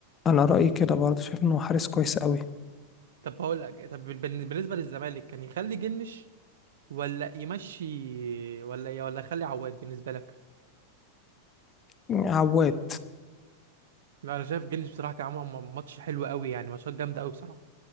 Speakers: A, on the left (about 25°); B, on the right (about 60°).
A: انا رايي كده برضه شايف انه حارس كويس قوي
B: طب هقول لك طب بالن- بالنسبه للزمالك كان يخلي جنش ولا يمشي ولا ولا يخلي عواد بالنسبه لك
A: عواد
B: لا انا شايف جيلز بصراحه كان عامل م- ماتش حلو قوي يعني ماتشات جامده قوي بصراحه